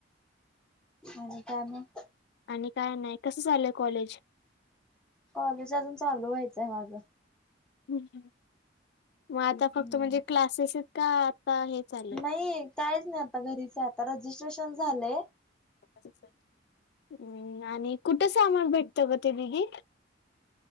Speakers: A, in the centre; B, on the left (about 60°).
A: आणि का नाही
B: आणि काय नाही कसं झालंय कॉलेज
A: कॉलेज अजून चालू व्हायचं आहे माझं
B: हम्म हम्म मग आता फक्त
A: हम्म.
B: म्हणजे क्लासेस का आता हे चाललंय?
A: नाही काहीच नाही आता घरीच आता रजिस्ट्रेशन झालंय
B: <unintelligible> हम्म आणि कुठं सामान भेटतं ग ते बघी